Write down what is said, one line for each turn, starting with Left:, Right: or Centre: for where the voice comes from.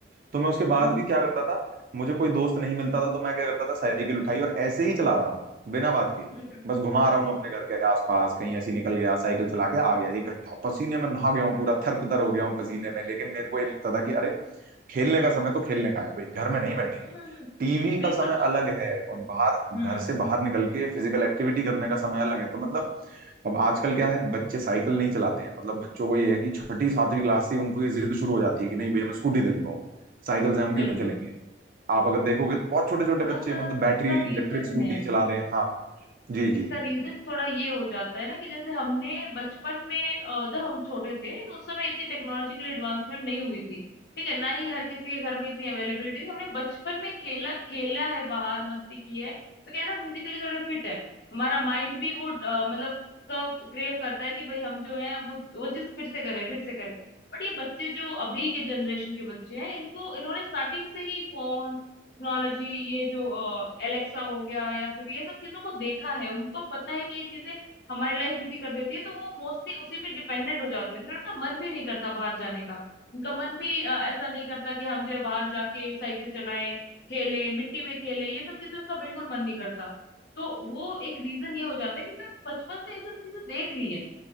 Right: तो मैं उसके बाद
Left: हम्म
Right: भी क्या करता था मुझे कोई दोस्त नहीं मिलता था तो मैं क्या करता था साइकिल उठाई और ऐसे ही चला रहा हूँ बिना बात के
Left: हम्म हम्म
Right: बस घुमा रहा हूँ अपने घर के आसपास कहीं ऐसी निकल गया साइकिल चला के आ गया एक घंटा पसीने में नहा गया हूँ पूरा थर तर हो गया हूँ पसीने में लेकिन मेरे को ये लगता था कि अरे खेलने का समय तो खेलने का है भाई घर में नहीं बैठेंगे
Left: हम्म, हम्म,
Right: टीवी
Left: बिल्कुल
Right: का समय अलग है और बाहर
Left: हम्म
Right: घर से बाहर निकल के फिजिकल एक्टिविटी करने का समय अलग है तो मतलब अब आजकल क्या है बच्चे साइकिल नहीं चलाते हैं मतलब बच्चों को ये है कि छठी सातवीं क्लास से ही उनको ये जिद शुरू हो जाती है कि नहीं भैया हमें स्कूटी दिलवाओ साइकिल से हम
Left: बिल्कुल
Right: क्यों चलेंगे आप अगर देखोगे तो बहुत छोटे छोटे
Left: थोड़ा
Right: बच्चे
Left: सा
Right: मतलब बैटरी
Left: इसका रीजन
Right: इलेक्ट्रिक स्कूटी
Left: है
Right: चला रहे हैं हाँ जी
Left: इसका
Right: जी
Left: रीजन थोड़ा ये हो जाता है ना कि जैसे हमने बचपन में अ, जब हम छोटे थे तो उस समय इतनी टेक्नोलॉजिकल एडवांसमेंट नहीं हुई थी ठीक है ना ही हर किसी के घर में इतनी अवेलेबिलिटी थी हमने बचपन में खेला खेला है बाहर मस्ती की है तो क्या है ना फिजिकली थोड़े फिट है हमारा माइंड भी वो अ, मतलब क्रेव करता है कि भाई हम जो है वो वो चीज फिर से करें फिर से करें बट ये बच्चे जो अभी के जनरेशन के बच्चे हैं इनको इन्होंने स्टार्टिंग से ही फोन टेक्नोलॉजी ये जो एलेक्सा हो गया या फिर ये सब चीजों को देखा है उनको पता है कि ये चीजें हमारी लाइफ इजी कर देती है तो वो मोस्टली उसी पे डिपेंडेंट हो जाते हैं फिर उनका मन भी नहीं करता बाहर जाने का उनका मन भी अ, ऐसा नहीं करता कि हम जो है बाहर जाके साइकिल चलाएं खेलें मिट्टी में खेलें ये सब चीजें उनका बिल्कुल मन नहीं करता तो वो एक रीजन ये हो जाता है क्योंकि बचपन से ये सब चीजें देख ली है